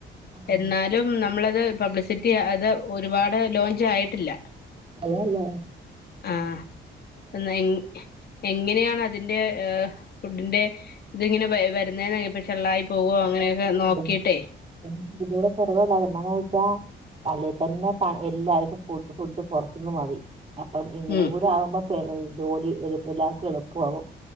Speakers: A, on the right; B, on the left.
A: ആഹ്
B: എന്നാലും നമ്മ്ളത് പബ്ലിസിറ്റി അത് ഒരുപാട് ലോഞ്ച് ആയിട്ടില്ല.
A: അതേല്ലേ.
B: ആഹ്. എന്നാ <unintelligible> എങ്ങനെയാണ് അതിന്റെ ഏ ഫുഡ്ന്റെ ഇതിങ്ങനെ വര് വരുന്നെന്ന് <unintelligible> ചെള്ളായി പോകോ?
A: ഇപ്പം
B: അങ്ങനെയൊക്കെ നോക്കിയിട്ടേയ്
A: <unintelligible> അല്ലേത്തന്നെ പ എല്ലാര്ക്കും ഫു ഫുഡ് പൊറത്ത്ന്ന് മതി. അപ്പം ഇങ്ങിനെയും
B: ഉം
A: കൂടി ആകുമ്പം പെ ജോലി എ എല്ലാർക്കും എളുപ്പു ആകും.